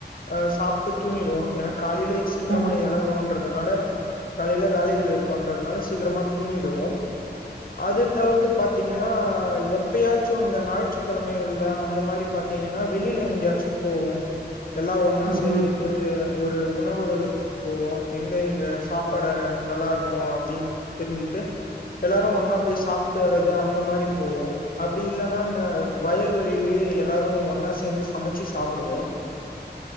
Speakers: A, on the left (about 55°); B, on the right (about 75°).
A: ஆ சாப்ட்டு தூங்கிடுவோ ஏன்னா காலைல சீக்கிரமா
B: ம்
A: எழனுன்றதுனால காலையில வேலைகள் இருக்குன்றனால சீக்கிரமா தூங்கிடுவோ. அது தவிர்த்து பாத்தீங்கன்னா எப்பயாச்சு இந்த ஞாயிற்றுக்கிழமைகள்ல அந்த மாரி பாத்தீங்கன்னா வெளில எங்கயாச்சு போவோ. எல்லா ஒன்னா
B: ம்
A: சேந்துட்டு
B: ம்
A: ஒரு உ ணவகத்துக்கு போவோ எங்க எங்க சாப்பாடு நல்லா இருக்கு அப்டின்னு தெரிஞ்சுக்கிட்டு எல்லாரு ஒண் ணா போய் சாப்ட்டு வர்றது அந்த மாரி போவோ. அப்டி இல்லன்னா ந வயல்வெளியிலயே எல்லாரு ஒண்ணா சேந்து சம ச்சு சாப்புடுவோ.